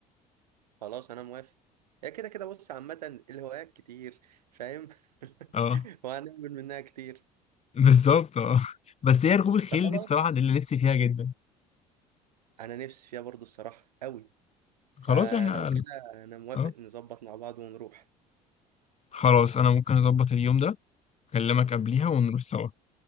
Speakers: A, on the right (about 85°); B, on the left (about 35°).
A: خلاص انا موافق هي كده كده بص عامه الهوايات كتير فاهم
B: أه
A: <laughs> وهنعمل منها كتير
B: بالظبط أه بس هي ركوب الخيل
A: فخلاص
B: دي بصراحة دي اللي نفسي فيها جدا
A: انا نفسي فيها برضه الصراحه قوي فلو
B: خلاص احنا
A: كده انا موافق
B: اه
A: نظبط مع بعض ونروح
B: خلاص انا ممكن اظبط اليوم ده اكلمك قبليها ونروح سوا